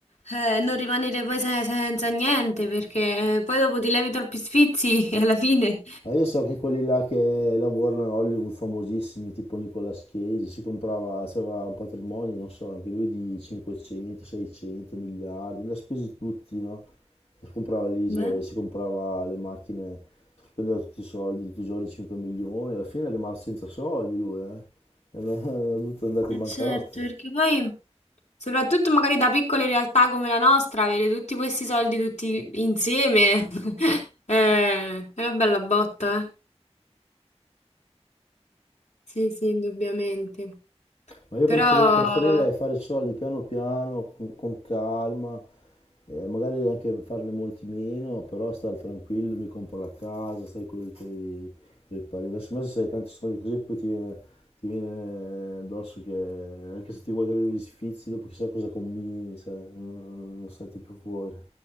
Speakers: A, on the left; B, on the left.
A: eh, non rimanere poi se- senza niente, perché eh, poi dopo ti levi troppi sfizi <laughs> e alla fine.
B: Ah, io so che quelli là che lavorano a Hollywood famosissimi, tipo Nicolas Cage, si comprava, aveva un patrimonio, non so, anche lui di 500, 600 miliardi, li ha spesi tutti, no? Si comprava le isole,
A: Beh.
B: si comprava le macchine, spendeva tutti i soldi, tutti i giorni 5 milioni, alla fine è rimasto senza soldi lui, eh? <laughs> È dovuto andare
A: Eh,
B: in bancarotta.
A: certo, perché poi... Soprattutto magari da piccole realtà come la nostra, avere tutti questi soldi tutti insieme <laughs> eh, è una bella botta, eh. Sì, sì, indubbiamente.
B: Ma io
A: Però
B: preferi- preferirei fare soldi piano piano, con, con calma, eh, magari anche farne molti meno, però stare tranquillo, mi compro la casa, stai con i tuoi tuoi parenti. Adesso me se hai tanti soldi così poi ti viene, ti viene addosso che anche se ti vuoi togliere gli sfizi, dopo chissà cosa combini, cioè, non, non, non senti più fuori.